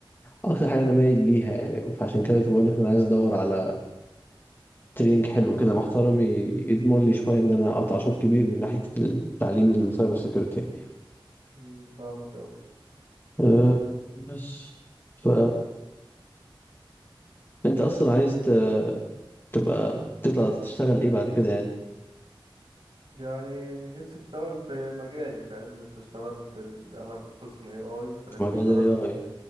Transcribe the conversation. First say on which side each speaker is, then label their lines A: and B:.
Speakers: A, on the left; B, on the right.
A: اكتر حاجه انا مايل ليها يعني فعشان كده كنت بقول لك ان انا عايز ادور على تريننج حلو كده محترم ي- يضمن لي شويه ان انا اقطع شوط كبير من ناحيه التعليم السايبر سيكيورتي يعني
B: امم فاهمك
A: أه بس ف انت اصلا عايز ت- تبقى تطلع تشتغل ايه بعد كده يعني
B: يعني نفسي اشتغل في مجالي فاهم نفسي اشتغل في ال... انا في قسم اي اي فنفسي
A: في مجال
B: اشتغل
A: الاي
B: في...
A: اي